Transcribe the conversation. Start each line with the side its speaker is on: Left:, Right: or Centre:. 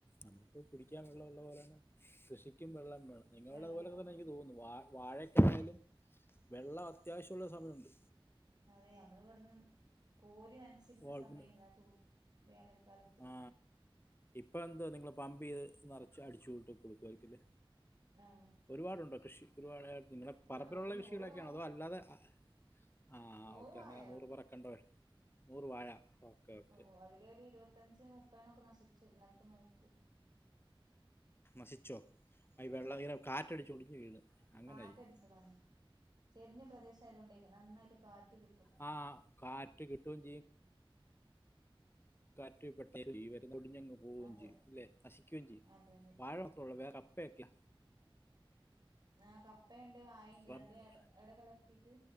Left: നമുക്ക് കുടിക്കാൻ വെള്ളം ഉള്ള പോലെ തന്നെ കൃഷിക്കും വെള്ളം വേണം നിങ്ങളവിടെ
Right: വെള്ളം
Left: അതുപോലെ
Right: വേണം
Left: ഒക്കെ തന്നെ എനിക്ക്
Right: അതെ
Left: തോന്നുന്നു വാ വാഴക്കാണേലും വെള്ളം അത്യാവശ്യമുള്ള സമയുണ്ട്
Right: അതെ നമ്മള് ഇവിടുന്ന് കോരി നനച്ചിരുന്ന
Left: ഗവൺമെന്റ്
Right: സമയന്നാ ആ ചൂ വേനൽക്കാല
Left: ആ ഇപ്പൊ എന്തുവാ നിങ്ങള് പമ്പ് ചെയ്ത് നറച്ച് അടിച്ചൂട്ടി കൊടുക്കായിരിക്കും ല്ലേ
Right: ആഹ്
Left: ഒരുപാടു ണ്ടോ കൃഷി ഒരുപാട് നിങ്ങളെ പറമ്പിലുള്ള
Right: ആഹ് ഒരു
Left: കൃഷികളൊക്കെയാണോ
Right: നൂറ് വായ
Left: അതോ അല്ലാതെ ആഹ് ആ
Right: നൂറ്
Left: ഓക്കെ
Right: വായണ്ട്
Left: അങ്ങനെ നൂറ് പറ കണ്ടോ നൂറ് വാഴ ഓക്കെ ഓക്കെ
Right: ഓ അതിലെ ഒരു ഇരുപത് പത്തഞ്ച് മുപ്പതെണ്ണോക്കെ നശിച്ചു ഇന്നൽത്തെ മയക്ക്
Left: നശിച്ചോ ഈ വെള്ളം ഇനെ കാറ്റടിച്ചൊടിഞ്ഞ് വീണ് അങ്ങനെ
Right: കാറ്റടിച്ചതാണ്
Left: ആയിരി
Right: ചെരിഞ്ഞ പ്രദേശായതുകൊണ്ടേക്കും നന്നായിട്ട് കാറ്റ് കിട്ടും
Left: ആ കാറ്റ് കിട്ടുകയും കാറ്റു <unintelligible> ഒടിഞ്ഞങ്ങ് പോവേം
Right: അതെ
Left: ചെയ്യും അല്ലേ നശിക്കയും ചെയ്യും
Right: അതെ അതെ
Left: വാഴ മാത്രേ ഉള്ളൂ വേ കപ്പ ഒക്കെയോ?
Right: ആ കപ്പയുണ്ട് വായേണ്ട്
Left: റബ്ബർ
Right: രണ്ടും എട എട കലർത്തിട്ട്